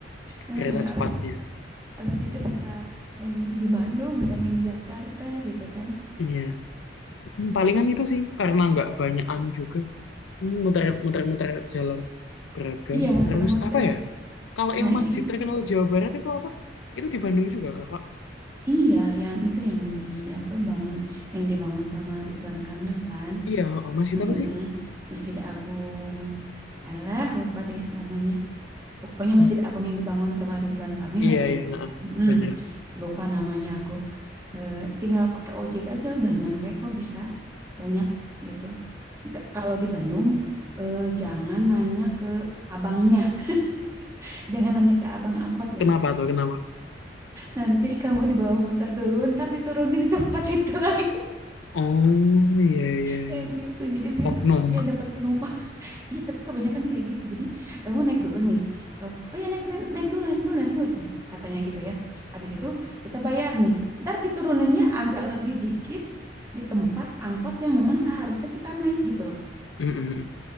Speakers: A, on the right (about 15°); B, on the left (about 80°).
A: Heeh,
B: kereta cepatnya.
A: abis habis itu bisa main di Bandung, bisa main di Jakarta gitu kan.
B: Iya. Hmm, Palingan itu sih karena nggak banyak anu juga. Hmm, Muter muter muter jalan Braga.
A: Iya, muter-muter.
B: Terus apa ya? Kalau yang
A: Nah,
B: masjid
A: i-
B: terkenal Jawa Barat itu apa? Itu di Bandung juga, Kakak.
A: iya yang itu yang di apa bangun yang dia bangun sama Ridwan Kamil kan.
B: Iya, oh, masjid
A: Mm-mm.
B: apa sih?
A: Masjid Agung. Alah, lupa deh namanya. Pokoknya
B: Hmm.
A: Masjid Agung yang dibangun sama Ridwan Kamil
B: Iya,
A: aja.
B: iya, heeh.
A: Mm-mm.
B: Bener.
A: Lupa namanya aku. Eh, tinggal pakai ojek aja udah nyampe kok bisa banyak gitu. Nggak- kalau di Bandung eh, jangan nanya ke abangnya, <laughs> jangan nanya ke abang angkot ya.
B: Kenapa tuh? Kenapa?
A: Nanti kamu dibawa muter dulu, ntar diturunin di tempat <laughs> situ lagi.
B: Oh, iya, iya,
A: kayak
B: iya.
A: gitu jadi biar
B: Oknum.
A: dia
B: <laughs>
A: dapat penumpang <laughs> iya tapi kebanyakan kayak gitu jadi kamu naik dulu nih Eh, oh ya naik, naik naik dulu naik dulu naik dulu Cen. katanya gitu ya habis itu kita bayar nih ntar dituruninnya agak lebih dikit di tempat angkot yang memang seharusnya kita naik gitu loh
B: Mm, mm, mm.